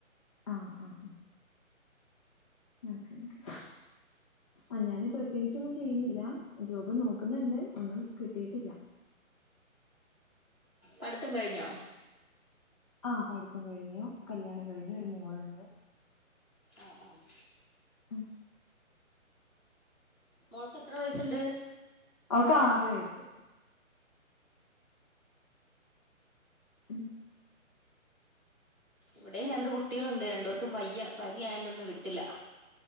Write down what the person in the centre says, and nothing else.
പഠിത്തം കഴിഞ്ഞോ
ആഹ് ആഹ്
മോൾക്ക് എത്ര വയസ്സുണ്ട്
ഇവിടയും രണ്ട് കുട്ടികളുണ്ട് രണ്ട് പേർക്കും വയ്യ പനി ആയെണ്ട്ന്ന് വിട്ടില്ല.